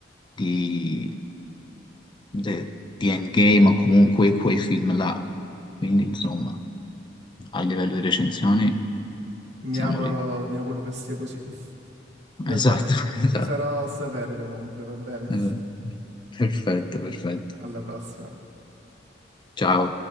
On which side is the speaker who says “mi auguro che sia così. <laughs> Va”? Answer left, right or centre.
Right